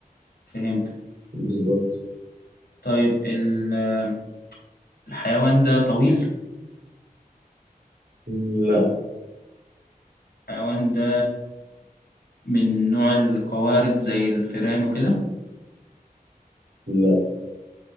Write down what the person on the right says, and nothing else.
بالظبط
لا
لا